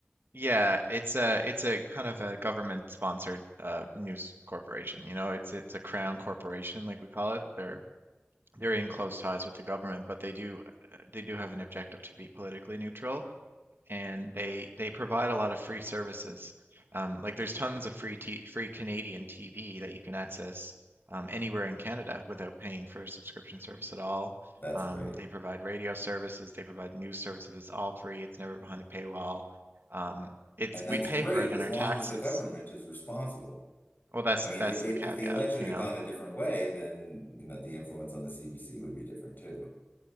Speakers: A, on the right; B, on the left.
A: Yeah, it's a it's a kind of a government sponsored uh, news corporation. You know, it's it's a crown corporation, like we call it. They're they're in close ties with the government, but they do uh, they do have an objective to be politically neutral. and they they provide a lot of free services. Um, like there's tons of free t free Canadian TV that you can access um, anywhere in Canada without paying for a subscription service at all.
B: that's
A: Um,
B: great.
A: they provide radio services, they provide news services. It's all free. It's never behind a paywall. Um, it's
B: And
A: we
B: that's
A: pay
B: great
A: for it
B: as
A: in our
B: long
A: taxes.
B: as the government is responsible.
A: Well, that's
B: I mean,
A: that's
B: i-
A: the caveat,
B: if the election
A: you
B: had
A: know.
B: gone a different way, then, you know, the influence on the CBC would be different too.